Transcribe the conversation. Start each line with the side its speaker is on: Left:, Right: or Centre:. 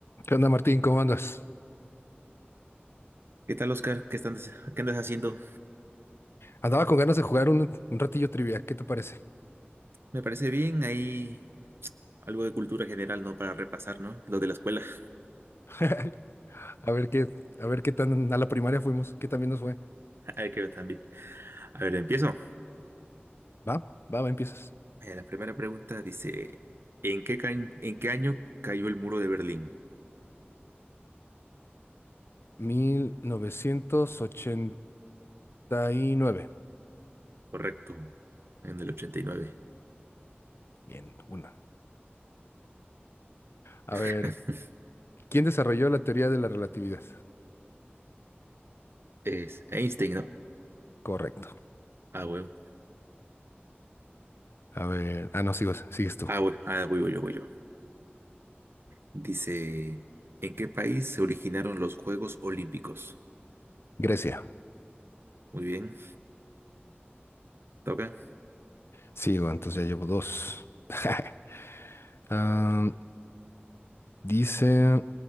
Left: ¿Qué onda, Martín? ¿Cómo andas?
Right: ¿Qué tal, Oscar? ¿Qué están- qué andas haciendo?
Left: Andaba con ganas de jugar un, un ratillo trivia. ¿Qué te parece?
Right: Me parece bien, hay algo de cultura general, ¿no? Para repasar, ¿no? Lo de la escuela, <laughs>
Left: <laughs> A ver qué, a ver qué tan a la primaria fuimos, qué también nos fue.
Right: hay que ver también. A ver, empiezo.
Left: Va, va, va, empiezas.
Right: Eh, la primera pregunta dice, ¿en qué, ca- en qué año cayó el muro de Berlín?
Left: mil novecientos ochenta y nueve.
Right: Correcto, en el 89.
Left: Bien, una. A
Right: <laughs>
Left: ver, ¿quién desarrolló la teoría de la relatividad?
Right: Es Einstein, ¿no?
Left: Correcto.
Right: Ah, bueno.
Left: A ver, ah, no, sigo, sigues tú.
Right: Ah, bueno. Ah, voy, voy yo, voy yo. Dice, ¿en qué país se originaron los Juegos Olímpicos?
Left: Grecia.
Right: Muy bien, toca.
Left: Sigo, entonces ya llevo dos. <laughs> Ah, dice,